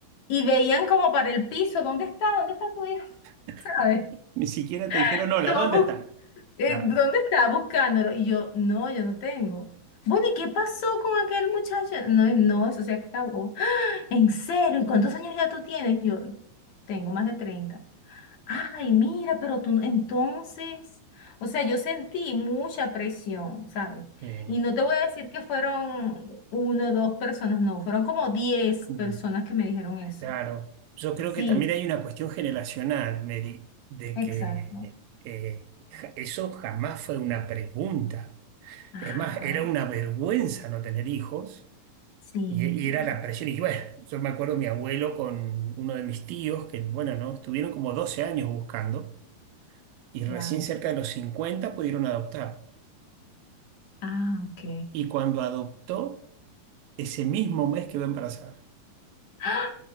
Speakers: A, on the left (about 55°); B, on the right (about 75°).
A: Y veían como para el piso, ¿dónde está? ¿Dónde está tu hijo?
B: <laughs>
A: ¿Sabes?
B: Ni siquiera te dijeron,
A: <laughs>
B: hola,
A: Como
B: ¿dónde está?
A: bu- eh,
B: Claro.
A: ¿dónde está? Buscándolo. Y yo, no, yo no tengo. Bueno, ¿y qué pasó con aquel muchacho? No, no, eso se acabó. "¡Ah! ¿En serio? ¿Y cuántos años ya tú tienes? Y yo, tengo más de treinta Ay, mira, pero tú entonces, o sea, yo sentí mucha presión, ¿sabes?
B: eh,
A: Y no te voy a decir que fueron uno o dos personas, no, fueron como diez
B: mm,
A: personas que me dijeron eso.
B: claro. Yo creo
A: Sí,
B: que también hay una cuestión generacional, Mary, de
A: exacto.
B: que eh, ja- eso jamás fue una pregunta.
A: Ajá,
B: Es más, era una vergüenza no tener hijos.
A: sí.
B: Y, y era la presión. Y bueno, yo me acuerdo mi abuelo con uno de mis tíos, que bueno, ¿no? Estuvieron como 12 años buscando y recién
A: Wow.
B: cerca de los 50 pudieron adoptar.
A: Ah, ok.
B: Y cuando adoptó, ese mismo mes quedó embarazada.
A: ¡Ah!